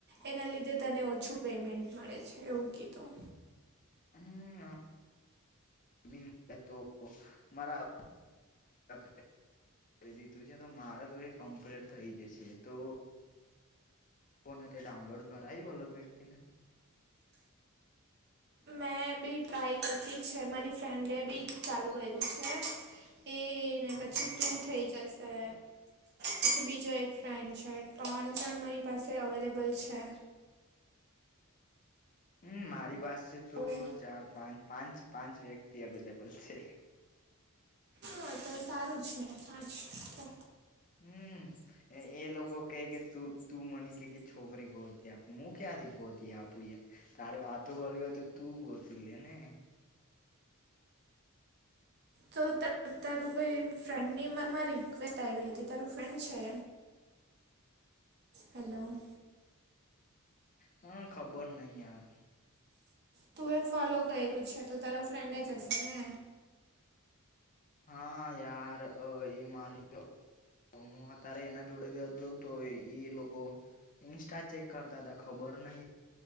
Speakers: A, on the right (about 50°); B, on the left (about 40°).
A: એના લીધે તને ઓછું પેમેન્ટ મળે છે એવું કીધું.
B: હમ બિલ પે તો મારા <inaudible> <inaudible> કરી દીધું છે તો માર તો એ કમ્પ્લીટ થઈ જશે. તો લોકો ન તે ડાઉનલોડ કરાયું અલગ વ્યક્તિને?
A: મેં બી ટ્રાય કરતી જ છે. મારી ફ્રેન્ડે બી ચાલુ કર્યું છે. એ ને
B: હમ
A: પછી તું થઈ જશે પછી બીજો એક ફ્રેન્ડ છે ત્રણ જણ મારી પાસે અવેલેબલ છે.
B: હમ મારી પાસે તો
A: હવે
B: ચાર-પાંચ પાંચ પાંચ વ્યક્તિ અવેલેબલ છે.
A: હા તો સારું જ ને પાંચતો,
B: હમ, એ લોકો કે કે તું તું મને કે કે છોકરી ગોતી આપ. મુ ક્યાંથી ગોતી આપું, તારે વાતો કરવી હોય તો તું ગોતી લે ને,
A: તો તારું કોઈ ફ્રેન્ડની મારામાં રિક્વેસ્ટ આયવી હતી. તારું ફ્રેન્ડ છે? હલો
B: હા ખબર નઈ યાર.
A: તું એ ફોલો કર્યું છે તો તારો ફ્રેન્ડ જ હશે ને.
B: હા યાર અ એ મારી તો હું અત્યારે એના જોડે ગયો તો એ લોકો ઈન્સ્ટા ચેક કરતા તા ખબર નઈ.